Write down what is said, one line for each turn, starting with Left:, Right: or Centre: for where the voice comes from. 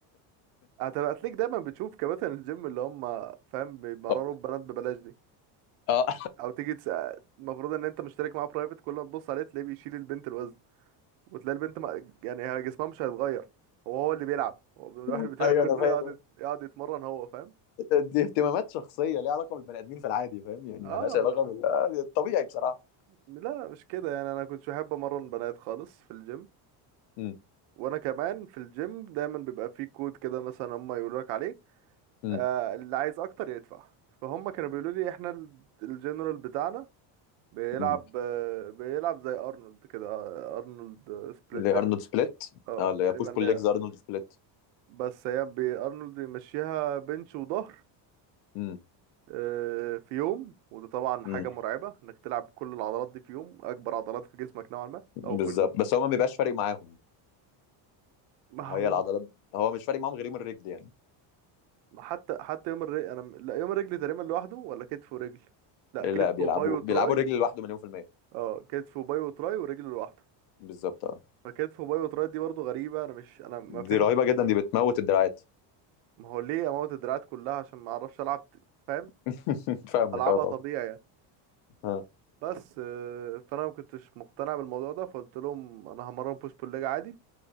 Right: هت- هتلاقيك دايما بتشوف كباتن الجيم اللي هم فاهم بيمرروا
Left: اه
Right: البنات ببلاش دي
Left: آه.
Right: او تيجي تسأل المفروض ان انت مشترك معاه برايفت كل ما تبص عليه تلاقيه بيشيل البنت الوزن وتلاقي البنت ما يعني هي جسمها مش هيتغير هو هو اللي بيلعب هو بيروح
Left: <laughs>
Right: البتاع
Left: ايوه
Right: كله
Left: انا فاهم
Right: يقعد يقعد يتمرن هو فاهم
Left: دي اهتمامات شخصيه ليها علاقه بالبني ادمين في العادي فاهم يعني
Right: اه
Left: مالهاش علاقه بالطبيعي بصراحه
Right: لا مش كده يعني انا كنتش بحب امرن بنات خالص في الجيم
Left: مم.
Right: وانا كمان في الجيم دايما بيبقى في كود كده مثلا هم يقولوا لك عليه
Left: مم.
Right: آه اللي عايز اكتر يدفع فهم كانوا بيقولوا لي احنا ال- الجنرال بتاعنا بيلعب
Left: مم.
Right: آه بيلعب زي ارنولد كده آه، ارنولد سبليت
Left: اللي
Right: بين
Left: هي ارنولد سبليت
Right: اه
Left: اه اللي
Right: تقريبا
Left: هي بوش بول
Right: لا
Left: ليجز ارنولد سبليت
Right: بس هي بي- ارنولد بيمشيها بنش وظهر
Left: مم.
Right: آه، في يوم وده طبعا
Left: مم.
Right: حاجة مرعبة انك تلعب كل العضلات دي في يوم اكبر عضلات في جسمك نوعا ما او
Left: بالظبط
Right: في ال
Left: بس
Right: <laughs>
Left: هو ما بيبقاش
Right: أو في البودي
Left: فارق معاهم
Right: ما
Left: هي
Right: هو
Left: العضلات هو مش فارق معاهم غير يوم الرجل يعني
Right: ما حتى حتى يوم الرجل انا م- لا يوم الرجل تقريبا لوحده ولا كتف ورجل لا
Left: لا
Right: كتف
Left: بيلعبوا
Right: وباي وتراي
Left: بيلعبوا الرجل لوحده مليون في المية
Right: اه كتف وباي وتراي ورجل لوحده
Left: بالظبط اه
Right: فكتف وباي وتراي دي برضو غريبة انا مش انا ما
Left: دي
Right: فهمت
Left: رهيبة جدا دي بتموت الدراعات
Right: ما هو ليه اموت الدراعات كلها عشان ما اعرفش العب ت- فاهم
Left: <laughs>
Right: طب
Left: فاهمك
Right: ما العبها
Left: اه طبعا
Right: طبيعي يعني
Left: اه
Right: بس آه، فانا ما كنتش مقتنع بالموضوع ده فقلت لهم انا همرن بوش بول ليج عادي